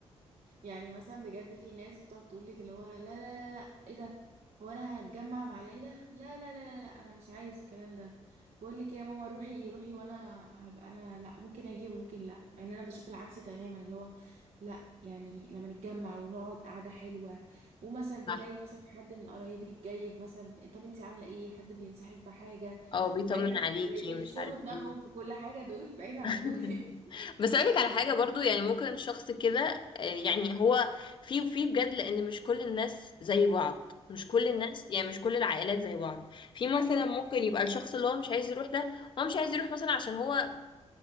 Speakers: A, on the right; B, on the left.
A: يعني مثلا بجد في ناس بتقعد تقول لك اللي هو لا لا لا لا ايه ده هو انا هتجمع مع العيله لا لا لا لا, لا انا مش عايز الكلام ده بقول لك إيه يا ماما روحي روحي وانا هبقى انا لا ممكن اجي وممكن لا مع ان انا بشوف العكس تماما اللي هو لا يعني لما نتجمع ونقعد قعده حلوه ومثلا تلاقي
B: صح
A: مثلا حد من قرايبك جايب مثلا طب انت عامله ايه حد بينصحك بحاجه
B: اه بيطمن
A: بعيد عن
B: عليكي
A: اللي
B: مش
A: بيحشروا
B: عارف
A: دماغهم
B: ايه
A: في كل حاجه دول بعيد عن
B: <laughs>
A: دول <laughs>
B: بس اقولك على حاجه
A: بجد
B: برضو يعني ممكن شخص كده آه، يعني هو في في بجد لان مش كل الناس زي بعض مش كل
A: بالظبط
B: الناس يعني مش كل العائلات زي بعض في مثلا
A: كل
B: ممكن
A: حاجة
B: يبقى الشخص اللي هو مش عايز يروح ده هو مش عايز يروح مثلا عشان هو